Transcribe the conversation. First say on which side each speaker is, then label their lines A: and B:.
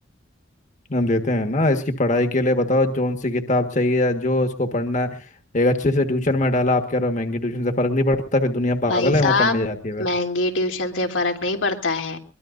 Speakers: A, on the left; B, on the left.
A: हम देते हैं ना इसकी पढ़ाई के लिए बताओ जोन सी किताब चाहिए या जो इसको पढ़ना है एक अच्छे से ट्यूशन में डाला आप कह रहे हो महंगी ट्यूशन से फर्क नहीं पड़ता फिर दुनिया पागल
B: भाई
A: है
B: साहब
A: वहाँ पढ़ने जाती है फिर
B: महंगी ट्यूशन से फर्क नहीं पड़ता है